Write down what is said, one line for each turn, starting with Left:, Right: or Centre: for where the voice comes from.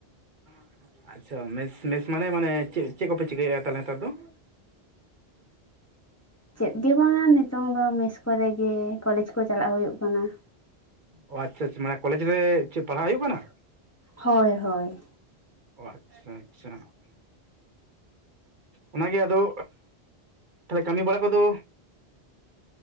Right: <inaudible> ᱟᱪᱪᱷᱟ ᱢᱮᱥ ᱢᱮᱥ ᱢᱟᱱᱮ ᱢᱟᱱᱮ ᱪᱮᱫ ᱪᱮᱫ ᱠᱚᱯᱮ ᱪᱤᱠᱟᱹᱭᱮᱫᱼᱟ ᱛᱟᱦᱞᱮ ᱱᱮᱛᱟᱨ ᱫᱚ? <unintelligible>
Left: ᱪᱮᱫ ᱜᱮ ᱵᱟᱝᱟ ᱱᱤᱛᱚᱝ ᱫᱚ ᱢᱮᱥ ᱠᱚᱨᱮ ᱜᱮ ᱠᱚᱞᱮᱡᱽ ᱠᱚ ᱪᱟᱞᱟᱜ ᱦᱩᱭᱩᱜ ᱠᱟᱱᱟ᱾
Right: ᱚ ᱟᱪᱪᱷᱟ ᱟᱪᱪᱷᱟ ᱢᱟᱱᱮ ᱠᱚᱞᱮᱡᱽ ᱨᱮ ᱪᱮᱫ ᱯᱟᱲᱦᱟᱜ ᱦᱩᱭᱩᱜ ᱠᱟᱱᱟ?
Left: ᱦᱳᱭ ᱦᱳᱭ,
Right: ᱚ ᱟᱪᱪᱷᱟ ᱟᱪᱪᱷᱟ, ᱚᱱᱟᱜᱮ ᱟᱫᱚ ᱛᱟᱦᱞᱮ ᱠᱟᱹᱢᱤ ᱵᱟᱲᱟ ᱠᱚᱫᱚ?